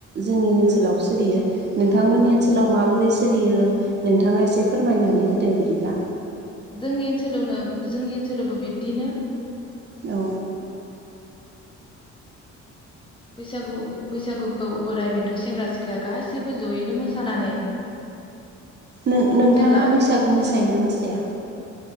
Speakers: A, on the right (about 35°); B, on the left (about 15°).
A: जोंनि ओनसोलाव सोलियो नोंथांमोननि
B: औ
A: ओनसोलाव माबोरै सोलियो नोंथाङा एसे फोरमायनानै होदो बिदिब्ला
B: जोंनि ओनसोलावनो जोंनि ओनसोलावबो बिब्दिनो
A: औ
B: बैसागु बैसागुखौ बोराइ बेन्थ' सेंग्रा सिख्ला गासैबो जयैनो मोसानानै
A: नों- नोंथाङा
B: जेब्ला
A: बैसागु
B: बैसाग
A: मोसायोना मोसाया?